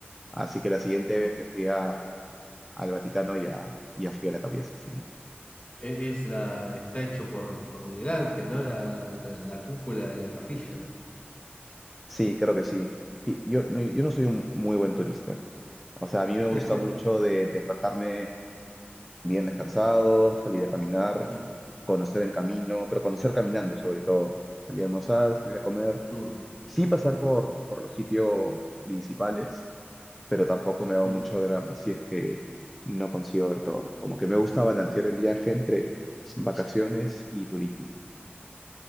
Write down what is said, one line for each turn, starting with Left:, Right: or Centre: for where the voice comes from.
Centre: Así que la siguiente vez que fui a, al Vaticano ya, ya fui a la Capilla Sixtina.
Left: E- Es la, está hecho por, por Miguel Ángel, ¿no? La, la, la cúpula de la capilla.
Centre: Sí, creo que sí. Y Yo, no- yo no soy un muy buen turista. O sea, a mí me
Left: <laughs>
Centre: gusta mucho de despertarme bien descansado, salir a caminar,
Left: Mm,
Centre: conocer el camino, pero conocer caminando sobre todo. Salir a almorzar, salir a comer.
Left: mm,
Centre: Sí pasar por, por los sitios principales, pero tampoco me hago
Left: mm.
Centre: mucho drama si es que no consigo ver todo. Como que me gusta balancear el viaje entre vacaciones y turismo.